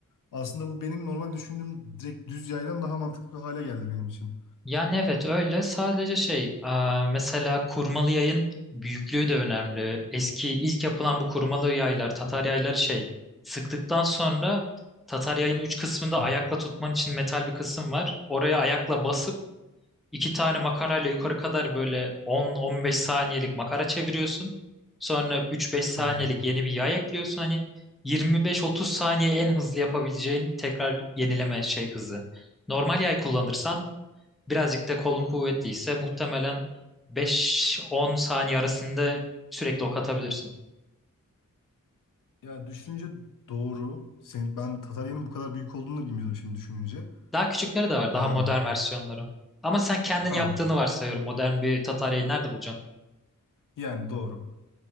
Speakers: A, on the left (about 75°); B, in the centre.
A: Aslında bu benim normal düşündüğüm direkt düz yaydan daha mantıklı hale geldi benim için.
B: Yani evet öyle sadece şey e, mesela kurmalı yayın büyüklüğü de önemli. Eski ilk yapılan bu kurmalı yaylar Tatar yayları şey sıktıktan sonra Tatar yayın üç kısmında
A: Hı.
B: ayakla tutman için metal bir kısım var. Oraya ayakla basıp iki tane makarayla yukarı kadar böyle 10-15 saniyelik makara çeviriyorsun. Sonra 3-5 saniyelik
A: Ha.
B: yeni bir yay ekliyorsun. Hani 25-30 saniye en hızlı yapabileceğin tekrar yenileme şey hızı. Normal yay kullanırsan birazcık da kolun kuvvetliyse muhtemelen 5-10 saniye arasında sürekli ok atabilirsin.
A: Ya düşününce doğru. Senin, ben Tatarya'nın bu kadar büyük olduğunu da bilmiyordum şimdi düşününce.
B: Daha küçükleri de var, daha
A: Ee,
B: modern versiyonları. Ama sen kendin
A: ha
B: yaptığını varsayıyorum. Modern bir tataryayı nerede bulacaksın?
A: yani doğru.